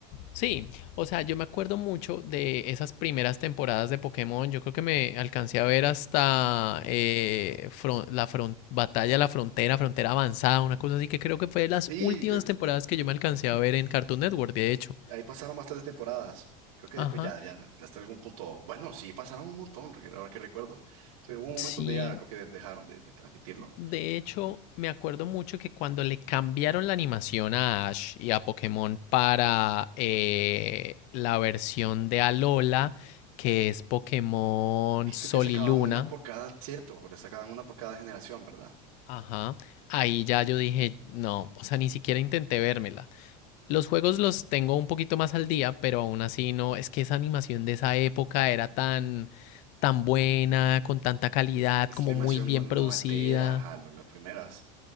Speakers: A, on the left; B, on the right.
A: Sí, o sea, yo me acuerdo mucho de esas primeras temporadas de Pokémon. Yo creo que me alcancé a ver hasta eh, fron- la fron- Batalla de la Frontera, Frontera Avanzada, una cosa así que creo que fue de las
B: Sí,
A: últimas temporadas que yo me alcancé a ver en Cartoon Network, de hecho.
B: Ahí pasaron bastantes temporadas. Creo que
A: Ajá,
B: después ya, ya hasta algún punto. Bueno, sí, pasaron un montón, porque ahora que recuerdo. Pero hubo un momento
A: sí.
B: donde ya creo que dejaron de, de transmitirlo.
A: De hecho, me acuerdo mucho que cuando le cambiaron la animación a Ash y a Pokémon para eh, la versión de Alola, que es Pokémon
B: Y
A: Sol
B: creo que sacaban
A: y Luna,
B: una por cada, cierto, le sacaban una por cada generación, ¿verdad?
A: Ajá. Ahí ya yo dije, no, o sea, ni siquiera intenté vérmela. Los juegos los tengo un poquito más al día, pero aún así no, es que esa animación de esa época era tan, tan buena, con tanta calidad,
B: Es
A: como
B: una animación
A: muy bien
B: no- noventera,
A: producida.
B: ajá, lo- las primeras.